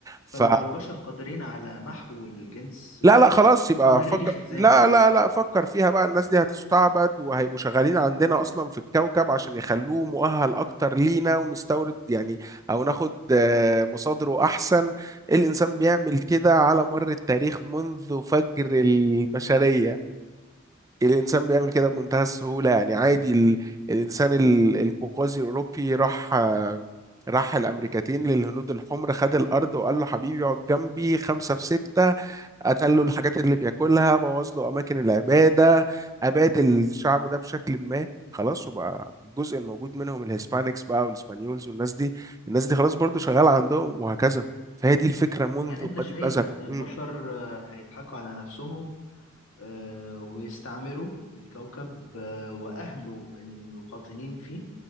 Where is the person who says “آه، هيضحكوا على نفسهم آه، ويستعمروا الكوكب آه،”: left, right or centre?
Left